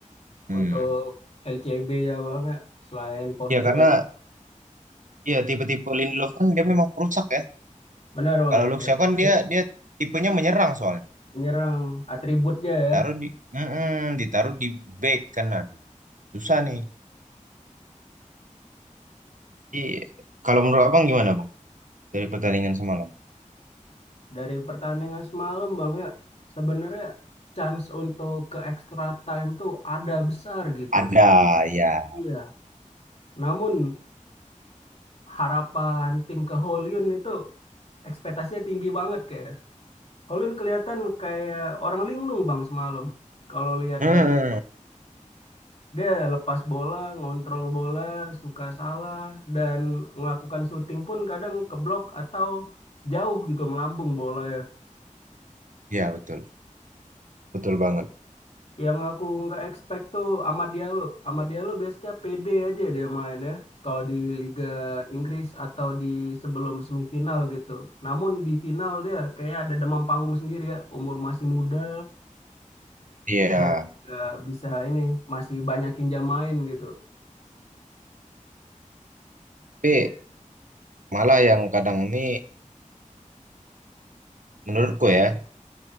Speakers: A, on the right (about 70°); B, on the left (about 50°).
A: Hmm.
B: untuk LCB ya bang ya, selain postur
A: Ya karena
B: itu.
A: ya tipe-tipe Lindelof kan dia memang perusak ya.
B: Benar bang,
A: Kalau Luxau
B: destroyer.
A: kan dia dia tipenya menyerang soalnya.
B: Menyerang atributnya ya.
A: taruh di Mm-mm, ditaruh di back kan aduh susah nih jadi kalau menurut abang gimana bang dari pertandingan semalam
B: Dari pertandingan semalam bang ya, sebenarnya chance untuk ke extra time tuh ada besar gitu.
A: ada ya
B: Iya, namun harapan tim ke Holyun itu ekspektasinya tinggi banget kayak. Holyun kelihatan kayak orang linglung bang semalam. Kalau lihat
A: mm
B: dari Dia lepas bola, ngontrol bola, suka salah, dan melakukan syuting pun kadang keblok atau jauh gitu melambung bolanya.
A: ya betul betul banget
B: Yang aku nggak expect tuh Amad Diallo. Amad Diallo biasanya pede aja dia main ya. Kalau di Liga Inggris atau di sebelum semifinal gitu. Namun di final dia kayak ada demam panggung sendiri ya. Umur masih muda
A: iya
B: dan nggak bisa ini masih banyakin jam main gitu.
A: tapi malah yang kadang ini menurutku ya